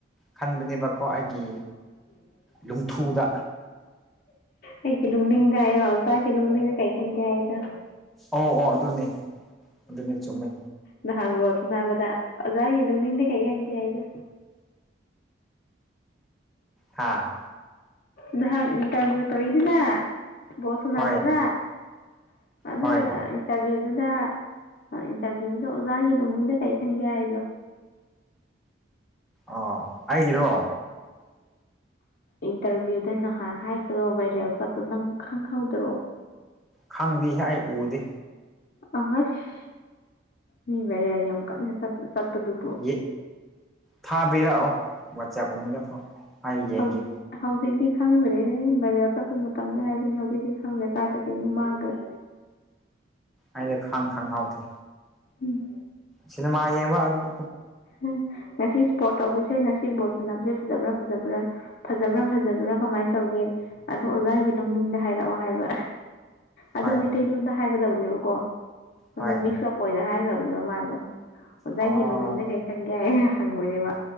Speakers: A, in the centre; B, on the left.
A: ꯈꯟꯕꯅꯦꯕꯀꯣ ꯑꯩꯒꯤ
B: <inaudible>
A: ꯂꯨꯡꯊꯨꯗꯥ
B: ꯑꯩꯒꯤ ꯂꯨꯝꯅꯤꯡꯗ ꯍꯥꯏꯌꯣ ꯑꯜꯀꯥꯒꯤ ꯂꯨꯝꯅꯤꯡ ꯀꯩ ꯈꯟꯒꯦ ꯍꯥꯏꯗꯣ
A: ꯑꯣ ꯑꯣ ꯑꯗꯨꯅꯦ ꯑꯗꯨꯅꯤ ꯆꯨꯝꯃꯦ
B: ꯅꯍꯥꯟ ꯕꯣꯜ ꯁꯥꯅꯕꯗ ꯑꯣꯖꯥꯒꯤ ꯂꯨꯡꯅꯤꯡꯗꯤ ꯀꯩ ꯍꯪꯒꯦ ꯍꯥꯢꯗꯣ
A: ꯍꯥꯥ
B: ꯅꯍꯥꯟ ꯏꯟꯇꯔꯚꯌꯨ ꯇꯧꯏꯗꯅ ꯕꯣꯜ ꯁꯥꯟꯅꯕꯖꯦ
A: ꯍꯣꯏ
B: <unintelligible>
A: ꯍꯣꯏ
B: ꯇꯔꯚꯤꯌꯨꯗꯨꯗ ꯏꯟꯇꯔꯚꯤꯌꯨꯗꯨꯗ ꯑꯣꯖꯥꯒꯤ ꯅꯣꯡꯅꯤꯡꯗ ꯀꯩ ꯈꯟꯒꯦ ꯍꯥꯏꯗꯣ
A: ꯑ ꯑꯩꯒꯤꯔꯣ
B: ꯏꯟꯇꯔꯚꯤꯌꯨꯗ ꯅꯍꯥꯟ ꯍꯥꯏꯕꯗꯣ ꯚꯥꯏꯔꯦꯜ ꯆꯠꯄ ꯅꯪ ꯈꯪꯍꯧꯗꯔꯣ
A: ꯈꯪꯗꯦꯍꯦ ꯑꯩ ꯎꯗꯦ
B: ꯑꯁ ꯃꯤ ꯚꯥꯏꯔꯦꯜ ꯌꯥꯝ ꯀꯟꯅ ꯆꯠꯄꯗꯨꯕꯨ
A: ꯌꯦ ꯊꯥꯕꯤꯔꯛꯑꯣ ꯋꯥꯆꯦꯞ ꯀꯨꯝꯕꯗꯀꯣ ꯑꯩ ꯌꯦꯡꯒꯦ
B: ꯍꯧꯖꯤꯛ ꯍꯧꯖꯤꯛꯇꯤ ꯈꯪꯗ꯭ꯔꯦ ꯚꯥꯏꯔꯦꯜ ꯆꯠꯄ ꯃꯇꯝꯗ ꯍꯥꯏꯕꯅꯦ ꯍꯧꯖꯤꯛꯇꯤ ꯈꯪꯗ꯭ꯔꯦ ꯀꯥꯏ ꯆꯠꯈꯤꯕꯅꯣ ꯃꯥꯡꯒꯔꯦ
A: ꯑꯩꯅ ꯈꯥꯡ ꯈꯪꯍꯥꯎꯗꯦ
B: ꯎꯝ
A: ꯁꯤꯅꯦꯃꯥ ꯌꯦꯡꯕ ꯑꯗꯨ
B: ꯎꯝ ꯉꯁꯤ ꯏꯁꯄꯣꯔꯠ ꯇꯧꯕꯁꯦ ꯉꯁꯤ ꯕꯣꯜ ꯁꯥꯟꯅꯕꯁꯦ ꯐꯖꯕ꯭ꯔꯥ ꯐꯖꯕ꯭ꯔꯥ ꯐꯖꯕ꯭ꯔꯥ ꯐꯖꯕ꯭ꯔꯥ ꯀꯃꯥꯏ ꯇꯧꯒꯦ ꯑꯗꯣ ꯑꯣꯖꯥꯒꯤ ꯅꯣꯡꯅꯤꯡꯗ ꯍꯥꯏꯔꯛꯑꯣ ꯍꯥꯏꯕ ꯑꯗꯨ
A: ꯍꯣꯏ
B: ꯃꯩꯇꯩꯂꯣꯟꯗ ꯍꯥꯏꯒꯗꯕꯅꯦꯕꯀꯣ ꯑꯗꯨ
A: ꯍꯣꯏ
B: ꯃꯤꯛꯁ ꯑꯞ ꯑꯣꯏꯅ ꯍꯥꯏꯒꯔꯕꯅꯦꯕ ꯃꯥꯗꯣ ꯑꯣꯖꯥꯒꯤ
A: ꯑꯣ
B: ꯂꯣꯡꯅꯤꯡꯗ ꯀꯩ ꯈꯟꯒꯦ ꯍꯥꯏ ꯍꯪꯕꯅꯦꯕ